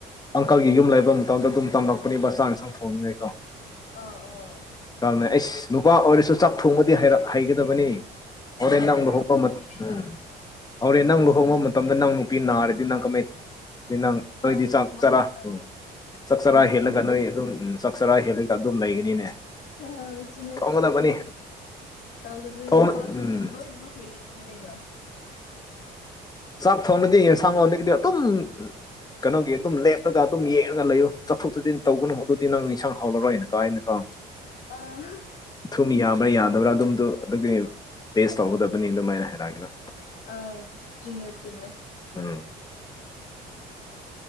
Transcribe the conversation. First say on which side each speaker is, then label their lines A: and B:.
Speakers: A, on the left (about 25°); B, on the left (about 70°).
A: ꯑꯪꯀꯜꯒꯤ ꯌꯨꯝ ꯂꯩꯕ ꯃꯇꯝꯗ ꯑꯗꯨꯝ ꯇꯝꯂꯛꯄꯅꯤ ꯃꯆꯥꯅ ꯁꯪ ꯊꯣꯡꯉꯦꯀꯣ
B: ꯑꯥ ꯑꯥ
A: ꯀꯅ ꯑꯩꯁ ꯅꯨꯄꯥ ꯑꯣꯏꯔꯁꯨ ꯆꯥꯛ ꯊꯣꯡꯕꯗꯤ ꯍꯩꯒꯗꯕꯅꯤ ꯍꯣꯔꯦꯟ
B: ꯍꯣꯏ
A: ꯅꯪ
B: ꯍꯥꯏꯒꯗꯕꯅꯤ
A: ꯂꯨꯍꯣꯡꯕ ꯃꯇꯝ
B: ꯀꯩꯅꯣ
A: ꯎꯝ ꯍꯣꯔꯦꯟ ꯅꯪ ꯂꯨꯍꯣꯡꯕ ꯃꯇꯝꯗ ꯅꯪ ꯅꯨꯄꯤ ꯅꯥꯔ ꯇꯅ ꯀ ꯃꯩꯪ ꯅꯣꯏꯗꯤꯁ
B: ꯃꯥꯅꯦ ꯃꯥꯅꯦ
A: ꯇꯔꯥ
B: ꯃꯥꯅꯦ
A: ꯎ <unintelligible> ꯆꯥꯛ
B: ꯆꯨꯝꯃꯦ
A: ꯆꯔꯥ ꯍꯦꯜꯂꯒ
B: ꯆꯨꯝꯃꯦ
A: ꯅꯣꯏ ꯑꯗꯨꯝ ꯆꯥꯛ ꯆꯔꯥ ꯍꯦꯜꯂꯒ ꯑꯗꯨꯝ ꯂꯩꯒꯅꯤꯅꯦ
B: ꯑ <unintelligible>
A: ꯊꯣꯡꯒꯗꯕꯅꯤ
B: ꯇꯧꯒꯗꯕꯅꯤ
A: ꯊꯣꯡ
B: ꯅꯨꯄꯥꯁꯨ
A: ꯎꯝ
B: ꯅꯨꯄꯤꯁꯨ ꯂꯣꯏꯅꯃꯛ ꯍꯩꯒꯗꯕꯅꯤ ꯀꯩꯅꯣ
A: ꯆꯥꯛ ꯊꯣꯡꯅꯗꯤ ꯌꯦꯟꯁꯥꯡ ꯂꯣꯟꯗꯒꯤꯗꯤ ꯑꯗꯨꯝ ꯀꯩꯅꯣꯒꯤ ꯑꯗꯨꯝ ꯂꯦꯞꯂꯒ ꯑꯗꯨꯝ ꯌꯦꯛꯉꯒ ꯂꯩꯔꯨ ꯆꯠꯊꯣꯛ ꯆꯠꯁꯤꯟ ꯇꯧꯒꯅꯨ ꯑꯗꯨꯗꯤ ꯅꯪ ꯏꯟꯁꯥꯡ ꯍꯥꯎꯔꯔꯣꯏꯅ ꯀꯥꯏꯅ ꯀꯣ
B: ꯑ
A: ꯁꯨꯝ ꯌꯥꯕ꯭ꯔꯥ ꯌꯥꯗꯕ꯭ꯔꯥ ꯑꯗꯨꯝꯗꯣ ꯑꯗꯨꯒꯤ ꯄꯦꯁ ꯇꯧꯒꯗꯕꯅꯤ ꯑꯗꯨꯃꯥꯏꯅ ꯍꯥꯏꯔꯛꯑꯒꯦꯗ
B: ꯑꯥꯎ ꯆꯨꯝꯃꯦ ꯆꯨꯝꯃꯦ <inaudible>
A: ꯎꯝ